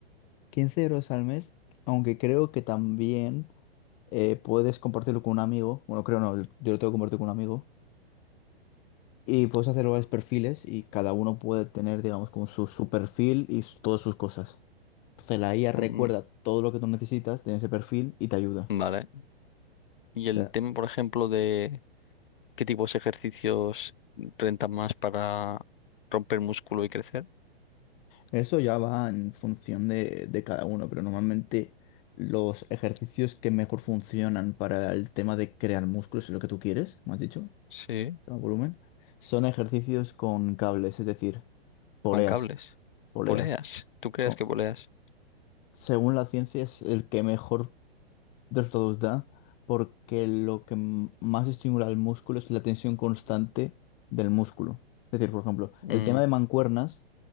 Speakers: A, on the left; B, on the left.
A: quince euros al mes, aunque creo que también eh, puedes compartirlo con un amigo. Bueno, creo no, yo lo tengo que compartir con un amigo. Y puedes hacer varios perfiles y cada uno puede tener, digamos, como su, su perfil y su- todas sus cosas. Entonces la IA recuerda
B: Mm,
A: todo lo que tú necesitas de ese perfil y te ayuda.
B: mm, vale.
A: O
B: Y
A: sea,
B: el tema, por ejemplo, de qué tipos de ejercicios rentan más para romper músculo y crecer.
A: eso ya va en función de, de cada uno, pero normalmente los ejercicios que mejor funcionan para el tema de crear músculos, es lo que tú quieres, me has dicho,
B: Sí.
A: tema volumen, son ejercicios con cables, es decir, poleas,
B: Con cables.
A: poleas.
B: Poleas. ¿Tú crees
A: Co-
B: que poleas?
A: Según la ciencia es el que mejor De los dos da, porque lo que m- más estimula el músculo es la tensión constante del músculo. Es decir, por ejemplo,
B: Mm,
A: el tema de mancuernas,